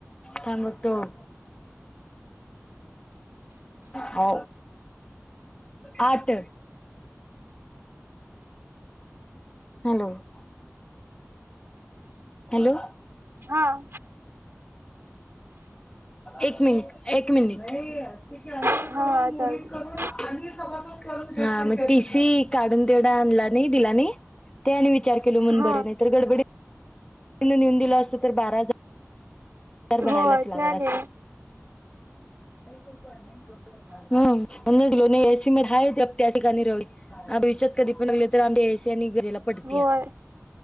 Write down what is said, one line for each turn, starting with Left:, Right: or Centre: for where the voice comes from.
Left: हा मग तो <inaudible> हो आट हॅलो- हॅलो.
Right: हा.
Left: एक मिनिट- एक मिनिट. ती कॅन्सल
Right: हा
Left: करून
Right: हा
Left: मोडीत
Right: चालत
Left: करून आणि स <inaudible> हा मग, टीसी काढून तेवढा आणला नाही दिला नाही. त्यानी विचार केल म्हणून
Right: हा
Left: बरं, नाही तर गड त्यांनी नेहुन दिलं अस तर बारा हजार तर भरायलाच
Right: होय
Left: लागला
Right: त्याने
Left: असत. <inaudible> हम्म, <unintelligible> किंमत हाय त्या ठिकाणी रवी भविष्यात आधी <unintelligible> पडतीया,
Right: होय